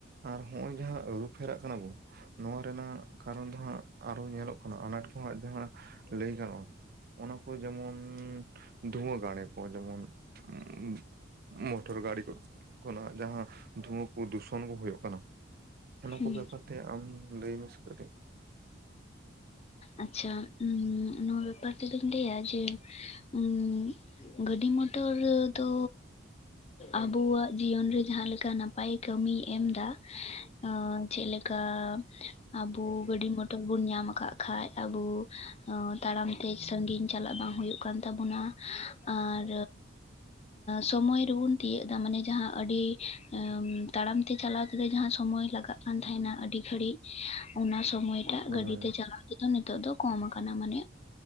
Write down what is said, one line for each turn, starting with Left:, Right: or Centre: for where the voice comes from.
Right: ᱟᱨ ᱦᱚᱜ ᱚᱭ ᱡᱟᱦᱟᱸ ᱟᱹᱨᱩᱯᱷᱮᱨᱟᱜ ᱠᱟᱱᱟ ᱵᱚᱱ ᱱᱚᱣᱟ ᱨᱮᱱᱟᱜ ᱠᱟᱨᱚᱱ ᱫᱚ ᱦᱟᱜ ᱟᱨᱚ ᱧᱮᱞᱚᱜ ᱠᱟᱱᱟ ᱟᱱᱟᱴ ᱠᱚᱦᱚ ᱡᱟᱦᱟᱸ ᱞᱟᱹᱭ ᱜᱟᱱᱚᱜ-ᱟ᱾ ᱚᱱᱟ ᱠᱚ ᱡᱮᱢᱚᱱ ᱫᱷᱩᱣᱟᱹ ᱜᱟᱲᱮ ᱠᱚ ᱡᱮᱢᱚᱱ ᱩᱸ ᱢᱚᱴᱚᱨ ᱜᱟᱲᱤ ᱠᱚ ᱱᱟᱦᱟᱜ ᱡᱟᱦᱟᱸ ᱫᱷᱩᱣᱟᱹ ᱠᱚ ᱫᱩᱥᱚᱱ ᱠᱚ ᱦᱩᱭᱩᱜ᱾ ᱚᱱᱟ
Left: ᱦᱮᱸ
Right: ᱠᱚ ᱵᱮᱯᱟᱨ ᱛᱮ ᱟᱢ ᱞᱟᱹᱭ ᱢᱮ ᱥᱮ ᱠᱟᱹᱴᱤᱡ
Left: ᱟᱪᱪᱷᱟ ᱩᱸ ᱱᱚᱣᱟ ᱵᱮᱯᱟᱨ ᱛᱮᱫᱚᱧ ᱞᱟᱹᱭᱟ ᱡᱮ ᱩᱸ ᱜᱟᱹᱰᱤ ᱢᱚᱴᱚᱨ ᱫᱚᱻᱻ ᱟᱵᱚᱣᱟᱜ ᱡᱤᱭᱚᱱ ᱨᱮ ᱡᱟᱦᱟᱸ ᱞᱮᱠᱟ ᱱᱟᱯᱟᱭ ᱠᱟᱹᱢᱤᱭ ᱮᱢᱫᱟ᱾ ᱟᱨ ᱪᱮᱫ ᱞᱮᱠᱟ? ᱟᱵᱚ ᱜᱟᱹᱰᱤ ᱢᱚᱴᱚᱨ ᱵᱩᱱ ᱧᱟᱢ ᱟᱠᱟᱫ ᱠᱷᱟᱡ ᱟᱵᱚ ᱟᱸ ᱛᱟᱲᱟᱢ ᱛᱮ ᱥᱟᱺᱜᱤᱧ ᱪᱟᱞᱟᱜ ᱵᱟᱝ ᱦᱩᱭᱩᱜ᱾ ᱠᱟᱱ ᱛᱟᱵᱚᱱᱟ ᱟᱨ ᱥᱚᱢᱚᱭ ᱨᱮᱵᱚᱱ ᱛᱤᱭᱟᱹᱜ ᱫᱟ ᱢᱟᱱᱮ ᱡᱟᱦᱟᱸ ᱟᱹᱰᱤ ᱮᱢ ᱛᱟᱲᱟᱢ ᱛᱮ ᱪᱟᱞᱟᱣ ᱛᱮ ᱫᱚ ᱡᱟᱦᱟᱸ ᱥᱳᱚᱢᱚᱭ ᱞᱟᱜᱟᱜ ᱠᱟᱱ ᱛᱟᱦᱮᱱᱟ ᱟᱹᱰᱤ ᱜᱷᱟᱹᱲᱤᱡ ᱚᱱᱟ ᱥᱚᱢᱚᱭᱴᱟᱜ
Right: ᱦᱳᱭ
Left: ᱜᱟᱹᱰᱤ ᱛᱮ ᱪᱟᱞᱟᱜ ᱱᱤᱛᱚᱜ ᱫᱚ ᱠᱚᱢ ᱟᱠᱟᱱᱟ ᱢᱟᱱᱮ